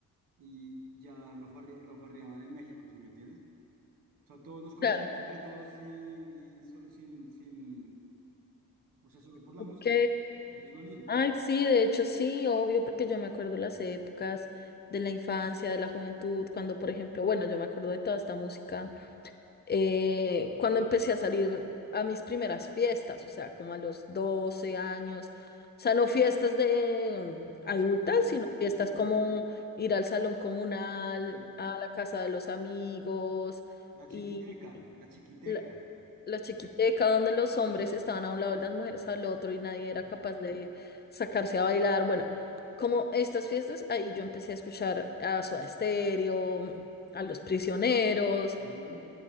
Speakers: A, on the right; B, on the left.
A: y ya lo, farre- lo farreaban en México, ¿sí me entiendes? O sea, todos nos conocimos
B: claro.
A: entre todos sin, y so- sin, sin, o sea, solo por la
B: Ok.
A: música. Eso es lo lindo. o
B: Ay,
A: sea,
B: sí, de hecho sí, obvio, porque yo me acuerdo las épocas de la infancia, de la juventud, cuando, por ejemplo, bueno, yo me acuerdo de toda esta música. eh, cuando empecé a salir a mis primeras fiestas, o sea, como a los 12 años, o sea, no fiestas de mm, adultas,
A: sí, no, yo
B: sino
A: entiendo.
B: fiestas como ir al salón comunal,
A: Sí.
B: a la casa de los amigos
A: La
B: y
A: chiquiteca, la chiquiteca.
B: la, la chiquiteca donde los hombres estaban a un lado y las mujeres al otro y nadie era
A: Ujú,
B: capaz de sacarse a bailar. Bueno, como estas fiestas, ahí yo empecé a escuchar a Soda Stereo, a Los Prisioneros
A: ujú,